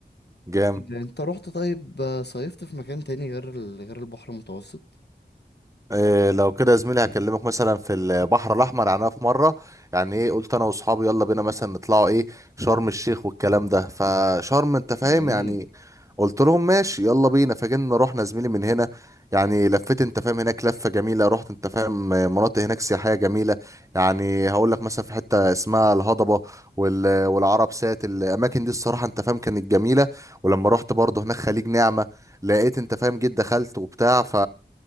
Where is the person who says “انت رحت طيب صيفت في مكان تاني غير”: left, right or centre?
Left